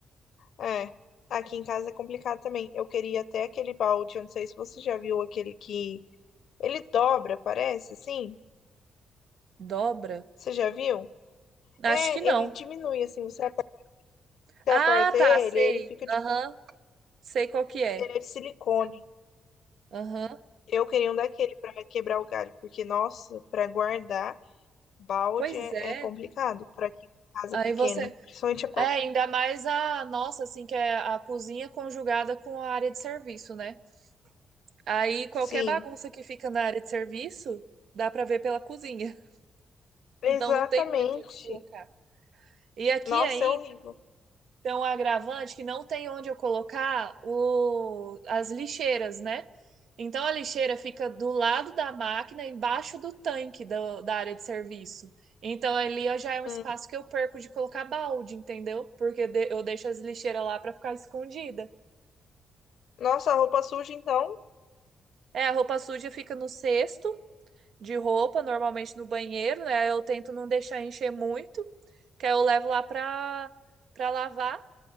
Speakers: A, on the left; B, on the right.
A: É. Aqui em casa é complicado também. Eu queria até aquele balde, eu não sei se você já viu aquele que ele dobra, parece, assim.
B: Dobra?
A: Você já viu?
B: Acho
A: É,
B: que não.
A: ele diminui, assim, você aperta, você
B: Ah,
A: aperta ele,
B: tá, sei.
A: ele fica tipo,
B: Aham, sei qual que é.
A: ele é de silicone.
B: Aham,
A: Eu queria um daquele pra quebrar o galho, porque, nossa, pra guardar balde
B: pois
A: é,
B: é.
A: é complicado pra aqui tem casa
B: Aí
A: pequena,
B: você.
A: principalmente apartamento.
B: É, ainda mais a nossa, assim, que é a cozinha conjugada com a área de serviço, né? Aí qualquer
A: Sim,
B: bagunça que fica na área de serviço, dá pra ver pela cozinha.
A: exatamente.
B: Então não tem muito onde colocar. E aqui
A: Nossa,
B: ainda
A: é horrível.
B: tem um agravante que não tem onde eu colocar o... as lixeiras, né? Então a lixeira fica do lado da máquina, embaixo do tanque do- da área de serviço. Então ali eu- já é um
A: Hum.
B: espaço que eu perco de colocar balde, entendeu? Porque de- eu deixo as lixeiras lá para ficar escondida.
A: Nossa, a roupa suja, então.
B: É, a roupa suja fica no cesto de roupa, normalmente no banheiro, né? Eu tento não deixar encher muito, que aí eu levo lá pra, pra lavar.